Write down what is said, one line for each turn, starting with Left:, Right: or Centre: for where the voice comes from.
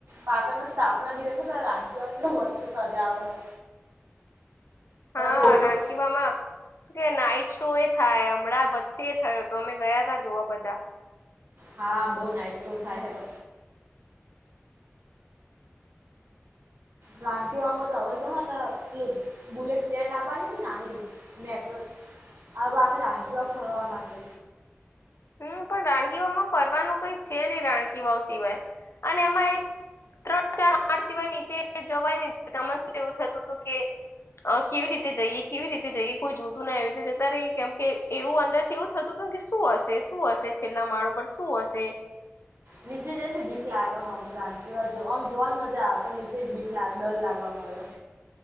Right: પાટણ નો સ્થાપના દિવસ હતો તો રા એટ વસ્તુ સજાઓ હોય.
Left: હા
Right: પ્રોગ્રામ
Left: રાણકી મામા... શ કે નાઈટ શો એ થાય વચ્ચે એ થયો તો અમે ગયા જોવા બધા.
Right: હા બહુ નાઇટ તો થાય હ... રાકીમ તો હવે જ હ ને એટલું બુલેટ ટ્રેન આવની નેની. મે આખે માટે.
Left: હમ પણ રાણકીવામાં ફરવાનું છે રાણકીવા સિવાય અને એમાં... ત્રણણ સિવાય નીચે જવાય ત મને એવું થતું હતું, કે... કેવી રીતે જઈએ કેવી રીતે જઈએ કોઈ જોતું ના એવી રી જતા રહીએ કેમ કે એવું અંદર થયું. થતું હતું કે શું હશે? શું હશે? છેલ્લા માળો પર શું હશે?
Right: નીચે જોઇ ને બીક લાગે હું રાંધ હજમ જોવા ની મજા આવે પણ નીચે ભીખ લાગે ડર લાગવા માંડે.